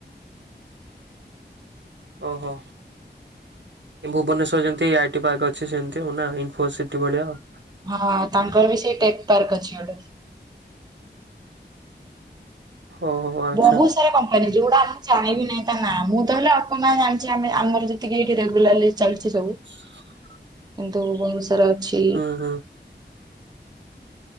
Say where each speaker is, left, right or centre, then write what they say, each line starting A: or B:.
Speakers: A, on the right; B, on the right.
A: ଓହୋ ଭୁବନେଶ୍ୱର ଯେମିତି ଆଇଟି ପାର୍କ ଅଛି ସେମିତି ଆଉ ନା ଇନଫୋସିଟି ଭଳିଆ ଆଉ।
B: ହଁ ଅଁ ତାଙ୍କର ବି ସେଇ ଟେକ୍ ପାର୍କ ଅଛି ଗୋଟେ।
A: ଓହୋ ଆଚ୍ଛା
B: ବହୁତ ସାରା କମ୍ପା କମ୍ପାନୀ ଯଉଗୁଡା ଆମେ ଜାଣିଵି ନାହିଁ ତା ନାଁ ମୁଁ ତ ହେଲେ ଅଳ୍ପ ନାଁ ଜାଣିଛି ଆ ଆମର ଯେତିକି ଏଇଠି ରେଗୁଲାରଲି ଚାଲିଚି ସବୁ।
A: <unintelligible>
B: କିନ୍ତୁ ବହୁତ ସାରା ଅଛି
A: ହୁଁ ହୁଁ